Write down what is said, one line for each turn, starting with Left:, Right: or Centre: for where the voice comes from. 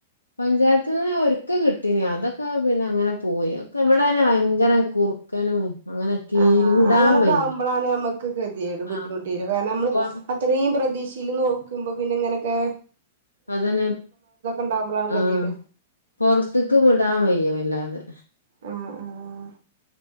Left: പഞ്ചായത്തിന്ന് ഒരിക്കെ കിട്ടീനി അതൊക്കെ പിന്നെ അങ്ങനെ പോയി ഒക്കെ ഇവിടെ തന്നെ ഭയങ്കര കുറുക്കനും അങ്ങനൊക്കെ
Right: ആ ആ
Left: വിടാൻ
Right: അങ്ങനൊക്കെ
Left: വയ്യ
Right: ആവുമ്പോഴാണ് നമ്മക്ക് ഗേതിയേട് ബുദ്ധിമുട്ടിടും
Left: ആഹ്
Right: കാരണം നമ്മള്
Left: പൊ
Right: അത്രയും പ്രതിക്ഷയിൽ നോക്കുമ്പോ പിന്നെ ഇങ്ങനെയൊക്കെ
Left: അതന്നെ
Right: ഉണ്ടാവുമ്പളാണ് ഗതികേട്
Left: ആഹ പുറത്തേക്ക് വിടാൻ വയ്യ അല്ലാതെ
Right: ആ ആ